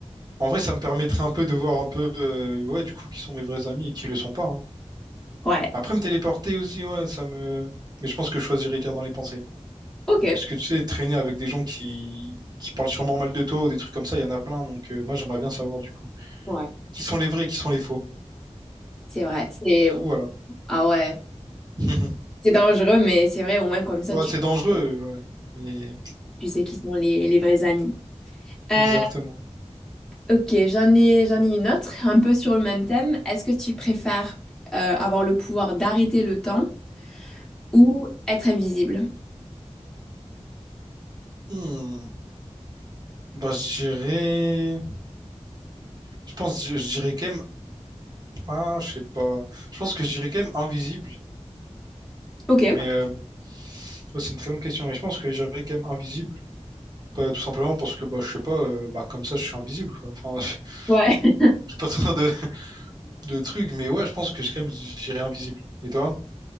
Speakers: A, on the right; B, in the centre.
A: En vrai, ça me permettrait un peu de voir un peu, euh, ouais, du coup, qui sont mes vrais amis et qui le sont pas. hein.
B: ouais.
A: Après, me téléporter aussi, ouais, ça me. Mais je pense que je choisirais lire dans les pensées.
B: Ok,
A: Parce que tu sais, traîner avec des gens qui, qui parlent sûrement mal de toi ou des trucs comme ça, il y en a plein. Donc, euh, moi, j'aimerais bien savoir, du coup,
B: Ouais.
A: qui sont les vrais et qui sont les faux.
B: c'est vrai. C'est,
A: Du coup, voilà.
B: ah ouais,
A: <laughs>
B: c'est dangereux, mais c'est vrai, au moins comme ça,
A: Ouais,
B: tu,
A: c'est dangereux, ouais. Mais,
B: tu sais qui sont les, les vrais amis. Euh,
A: exactement.
B: ok, j'en ai, j'en ai une autre, un peu sur le même thème. Est-ce que tu préfères euh, avoir le pouvoir d'arrêter le temps ou être invisible?
A: Hmm. Bah, je dirais. Je pense, je, je dirais quand même. Ah, je sais pas. Je pense que je dirais quand même invisible.
B: Ok,
A: Mais, euh, ouais, c'est une très bonne question. Mais je pense que je dirais quand même invisible. Bah, tout simplement parce que bah, je sais pas, euh, bah, comme ça je suis invisible quoi. Enfin, <laughs>
B: ouais.
A: j'ai pas trop de, de trucs, mais ouais, je pense que je- quand même j'irai invisible. Et toi?